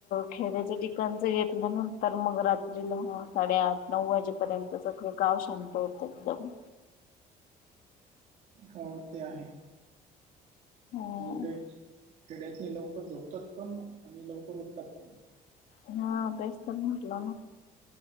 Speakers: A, on the left; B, on the right.
A: खेड्याच्या ठिकाणच घेतल्यानंतर मग रात्रीला साडेआठ नऊ वाजेपर्यंत सगळं गाव शांत होतं एकदम
B: हो ते आहे.
A: ह
B: एवढे खेड्यातनी लवकर झोपतात पण आणि लवकर उठतात पण
A: ह तेशतटला